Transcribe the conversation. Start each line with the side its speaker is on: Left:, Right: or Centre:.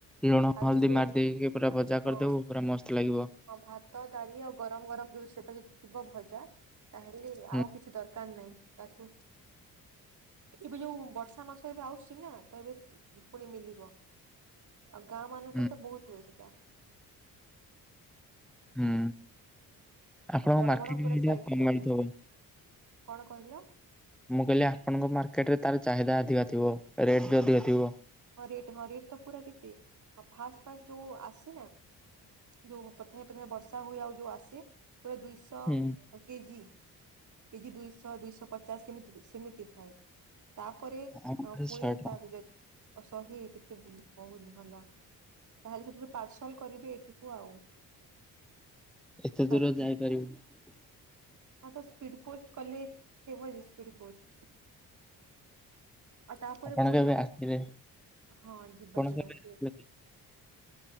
Centre: ଲୁଣ
Right: ଖାଲି
Centre: ହଳଦୀ
Right: ସେ
Centre: ମାରି ଦେଇକି ପୁରା ଭଜା
Right: ହଁ
Centre: କରିଦବୁ ପୁରା ମସ୍ତ ଲାଗିବ।
Right: ହଁ ଭାତ ଡାଳି ଆଉ ଗରମ ଗରମ ଯୋଉ ସେଇଟା ଯଦି ଥିବ ଭଜା ତାହେଲେ
Centre: ହୁଁ
Right: ଆଉ କିଛି ଦରକାର କାର ନାହିଁ ତାକୁ ଏ ସବୁ ଯୋଉ ବର୍ଷା ମାସ ଆଉ ଆଉଛି ନା ତ ଏବେ ପୁଣି ମିଲିବ। ଆଉ ଗାଁ ମାନଙ୍କର
Centre: ହୁଁ
Right: ତ ବହୁତ ହୁଏ ସେଟା।
Centre: ହୁଁ। ଆପଣଙ୍କ
Right: ଆଉ ବଡ
Centre: ମାର୍କେଟ
Right: ବଡ ପୁରା
Centre: ଇଣ୍ଡିଆ
Right: ସାଇଜ
Centre: କିଣତ।
Right: ର ହୁଏ
Centre: ମୁଁ
Right: କଣ କହିଲ?
Centre: କହିଲି ଆପଣଙ୍କ ମାର୍କେଟ ରେ ତାର ଚାହିଦା ଅଧିକ ଥିବ ରେଟ୍ ବି ଅଧିକ ଥିବ।
Right: ହଁ ରେଟ ହଁ ରେଟ୍ ତ ପୁରା କେତେ ଆଉ ଫାଷ୍ଟ ଫାଷ୍ଟ ଯୋଉ ଆସିନା ଯୋଉ ପଥେମେ ପଥେମେ ବର୍ଷା ହୁଏ ଆଉ ଯୋଉ ଆସେ ପୁରା ଦୁଇଶହ
Centre: ହୁଁ
Right: କେଜି। କେଜି ଦୁଇଶ ଦୁଇଶ ପଚାଶ ଏମିତି ତି ସେମିତି ଥାଏ। ତାପରେ ଅ
Centre: ଆମ ପାଖରେ
Right: ପୁଣି
Centre: ଶହେ ଟଙ୍କା
Right: ତା ଯ ସହେ କେତେ ବୋ ବୋହୁତ ଭଲ। ତାହେଲେ ସେଠାରେ ପାର୍ସଲ କରିବେ ଏଠିକୁ ଆଉ।
Centre: ଏତେ
Right: ଛତି
Centre: ଦୂର ଯାଇପାରିବନି।
Right: ହଁ ତ ସ୍ପିଡ ପୋଷ୍ଟ କଲେ ଥିବ ଯେ ସ୍ପିଡ ପୋଷ୍ଟ। ଆଉ ତାପରେ
Centre: ଆପଣ
Right: ପୁଣି
Centre: କେବେ
Right: ଯୋଉ
Centre: ଆସିଲେ
Right: ହଁ ଯିବା
Centre: ଆପଣ
Right: ଯିବା
Centre: କେବେ
Right: ଆସିବେ।
Centre: ଆସିଲେ